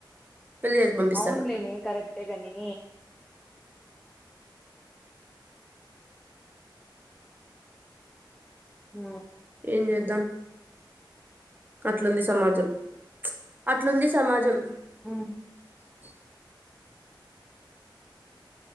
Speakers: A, on the right; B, in the centre.
A: పెళ్లి చేసి పంపిస్తారు
B: అవునులే మే కరెక్టే కాని ఉ
A: ఏం చేద్దాం అట్లుంది సమాజం. అట్లుంది సమాజం
B: ఉ
A: <unintelligible>